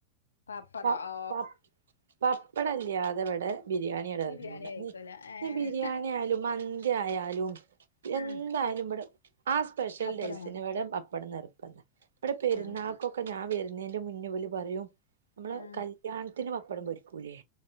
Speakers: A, on the left; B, on the right.
A: പപ്പടം
B: പ
A: ഓ
B: പ പപ്പടില്യാതെ ഇവടെ ബിരിയാണിടെറങ്ങൂല
A: ബിരിയാണി കഴിക്കൂല ഏഹ്
B: ഈ ബിരിയാണിയായാലും മന്തിയായാലും എന്തായാലും
A: ആഹ്
B: ഇവടെ ആ സ്പെഷ്യൽ
A: പപ്പടമാ
B: ഡേസിനിവടെ പപ്പടം നിർബന്ധാ ഇവടെ പെരുന്നാൾക്കൊക്കെ
A: ആഹ്
B: ഞാൻ വരുന്നേന്റെ മുന്നിവളുപറയും നമ്മള്
A: ആഹ്
B: കല്യാണത്തിന് പപ്പടം പൊരിക്കൂലേ